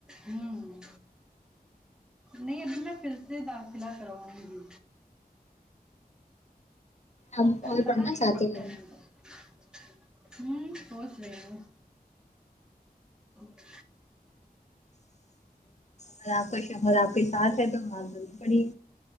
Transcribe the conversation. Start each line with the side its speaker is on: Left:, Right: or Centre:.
Centre: ہوں نہیں ادھی میں پھر سے داخلہ کرواؤں گی
Left: آپ اور
Centre: پتاہ
Left: پڑھنا
Centre: نہیں
Left: چاہتے
Centre: پککا
Left: ہیں آگے؟
Centre: نہیں تو ہوں سوچ رہی ہوں ج
Left: اگر آپ کا شوہر آپ کے ساتھ ہے تو نماز ضرور پڑھیے